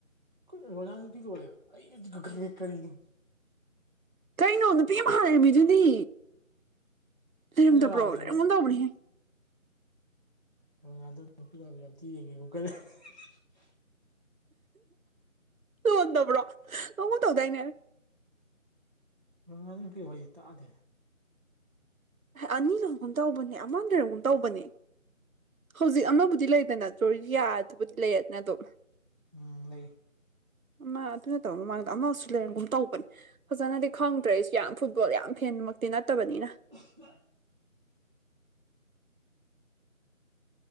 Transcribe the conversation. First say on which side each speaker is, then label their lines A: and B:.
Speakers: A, on the right (about 35°); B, on the right (about 80°).
A: ꯀꯩꯅꯣ ꯔꯣꯅꯥꯟ ꯅꯨꯄꯤ ꯂꯣꯜꯂꯦꯕ ꯑꯩꯗꯤ ꯍꯧꯖꯤꯛ ꯈꯛ ꯈꯪꯉꯦ ꯀꯔꯤꯅꯣ
B: ꯀꯩꯅꯣ ꯅꯨꯄꯤ ꯑꯃ ꯍꯟ ꯂꯩꯔꯝꯃꯤꯗꯨꯗꯤ ꯂꯩꯔꯝꯗꯕ꯭ꯔꯣ
A: ꯑꯩꯅ ꯔꯥꯡꯉꯤꯔꯣ
B: ꯂꯩꯔꯝꯒꯨꯝ ꯇꯧꯕꯅꯦꯍꯦ
A: <unintelligible> <inaudible>
B: ꯂꯣꯟꯗꯕ꯭ꯔꯣ ꯂꯣꯟꯒꯨꯝ ꯇꯧꯗꯥꯏꯅꯦ
A: ꯔꯣꯅꯥꯟꯗꯣꯏ ꯅꯨꯄꯤ ꯋꯥꯔꯤ ꯇꯥꯗꯦꯍꯦ
B: ꯑꯅꯤ ꯂꯣꯒꯨꯝ ꯇꯧꯕꯅꯦ ꯑꯃ ꯂꯩꯔꯝꯒꯨꯝ ꯇꯧꯕꯅꯦ ꯍꯧꯖꯤꯛ ꯑꯃꯕꯨꯗꯤ ꯂꯩꯗꯅ ꯖꯣꯖꯤꯌꯥꯗꯨꯕꯨꯗꯤ ꯂꯩꯌꯦꯗꯅ ꯑꯗꯨꯝ
A: ꯎꯝ ꯂꯩ
B: ꯃꯥ ꯑꯗꯨ ꯅꯠꯇꯕ ꯃꯃꯥꯡꯗ ꯑꯃꯁꯨ ꯂꯩꯔꯝꯒꯨꯝ ꯇꯧꯕꯅꯦ ꯐꯖꯅꯗꯤ ꯈꯪꯗ꯭ꯔꯦ ꯑꯩꯁꯨ ꯌꯥꯝ ꯐꯨꯠꯕꯣꯜ ꯌꯥꯝ ꯐꯦꯟꯃꯛꯇꯤ ꯅꯠꯇꯕꯅꯤꯅ
A: ꯎ <unintelligible>